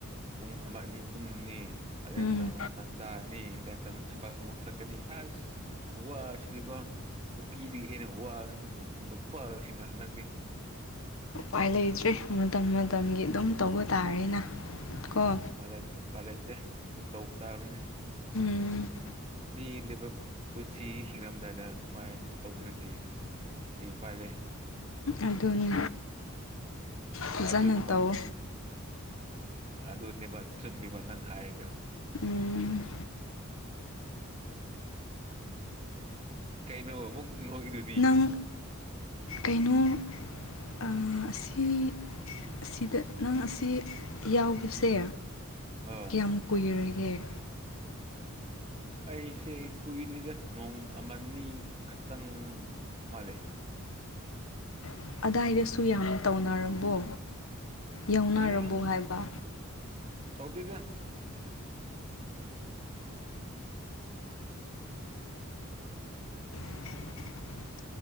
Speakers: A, on the right (about 30°); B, on the left (about 70°).
A: ꯄꯨꯡ ꯑꯃ ꯑꯅꯤ ꯇꯨꯝꯃꯅꯤ ꯑꯗꯩ
B: ꯎꯝ
A: ꯑꯃꯝꯇꯅ ꯆꯥꯛ ꯆꯥꯔꯅꯤ ꯑꯗꯩ ꯑꯃꯝꯇꯅ ꯊꯕꯛ ꯑꯃꯨꯛ ꯆꯠ ꯀꯅꯤ ꯑꯁ ꯈꯨꯋꯥ ꯁꯤꯗꯤꯀꯣ ꯅꯨꯄꯤꯗꯒꯤ ꯍꯦꯟꯅ ꯋꯥꯕꯅꯤ ꯑꯩꯈꯣꯏ ꯅ ꯅꯨꯄꯥ ꯑꯣꯏꯁꯤꯡꯅ ꯍꯟꯗꯛꯇꯤ
B: ꯎꯄꯥꯏ ꯂꯩꯇ꯭ꯔꯦ ꯃꯇꯝ ꯃꯇꯝꯒꯤ ꯑꯗꯨꯝ ꯇꯧꯕ ꯇꯥꯔꯦꯅ ꯀꯣ
A: ꯑ ꯎꯄꯥꯂꯩ ꯎꯄꯥꯏꯂꯩꯇꯦ ꯑꯗꯨꯝ ꯇꯧꯕ ꯇꯥꯕꯅꯦ
B: ꯎꯝ
A: ꯇꯦꯜꯂꯤꯕ ꯄꯨꯟꯁꯤ ꯍꯤꯡꯉꯝꯗꯥꯏꯗ ꯁꯨꯃꯥꯏꯅ ꯇꯧꯗ꯭ꯔꯗꯤ ꯀꯩ ꯄꯥꯏꯂꯩ
B: ꯑꯗꯨꯅꯤ ꯐꯖꯅ
A: ꯑꯗꯨꯅꯤꯃꯛ
B: ꯇꯧ
A: ꯑꯗꯨꯅꯤꯃꯛ ꯆꯨꯝꯃꯤꯕ ꯅꯪ ꯍꯥꯏꯗꯣ
B: ꯎꯝ
A: ꯀꯩꯩꯅꯣ ꯑꯃꯨꯛ ꯅꯣꯛꯏꯗꯣ
B: ꯅꯪ ꯀꯩꯅꯣ ꯑ ꯑꯁꯤ ꯑꯁꯤꯗ ꯅꯪ ꯑꯁꯤ ꯌꯥꯎꯕꯁꯦ
A: ꯑ
B: ꯀꯌꯥꯝ ꯀꯨꯏꯔꯒꯦ
A: ꯑꯩꯁꯦ ꯀꯨꯏꯗ꯭ꯔꯤꯗ ꯅꯣꯡ ꯑꯃꯅꯤ ꯈꯛꯇꯪ ꯃꯥꯜꯂꯦ
B: ꯑꯣ ꯑꯗꯥꯏꯗꯁꯨ ꯌꯥꯝꯅ ꯇꯧꯅꯔꯕꯣ ꯌꯥꯎꯅꯔꯕꯣ
A: ꯎꯝ
B: ꯍꯥꯏꯕ
A: ꯇꯧꯗꯦꯗ
B: <inaudible>